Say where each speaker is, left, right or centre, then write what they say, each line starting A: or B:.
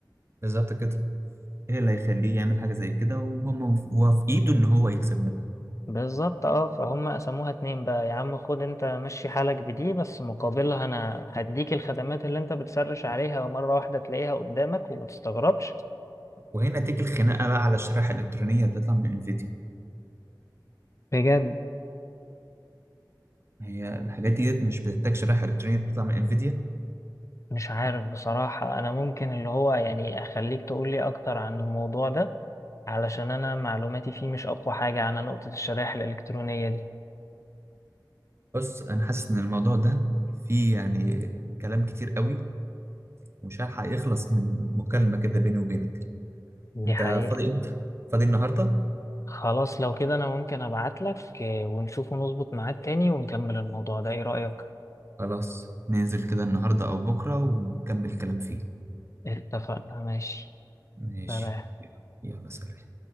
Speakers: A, on the right; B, on the left.
A: بالظبط كده ايه اللي هيخليه يعمل حاجه زي كده وهو مو- وهو في ايده ان هو يكسب منها.
B: بالظبط اه فهم قسموها اتنين بقى يا عم خد انت مشي حالك بدي بس مقابلها انا هديك الخدمات اللي انت بتسرش عليها ومرة واحدة تلاقيها قدامك وما تستغربش
A: وهنا تيجي الخناقه بقى على الشرائح الالكترونيه اللي بتطلع من انفيديا
B: بجد
A: هي الحاجات دي مش بتحتاج شرائح الكترونيه بتطلع من انفيديا
B: مش عارف بصراحة انا ممكن اللي هو يعني اخليك تقولي اكتر عن الموضوع ده علشان انا معلوماتي فيه مش اقوى حاجة على نقطة الشرائح الالكترونية دي
A: بص انا حاسس ان الموضوع ده فيه يعني كلام كتير قوي ومش هلحق يخلص من مكالمه كده بيني وبينك
B: دي
A: انت
B: حقيقة
A: فاضي امتى فاضي النهارده
B: خلاص لو كده انا ممكن ابعتلك آه، ونشوف ونظبط ميعاد تاني ونكمل الموضوع ده ايه رأيك
A: خلاص ننزل كده النهارده او بكره ونكمل الكلام فيه
B: اتفقنا ماشي
A: ماشي
B: سلام
A: يلا سلام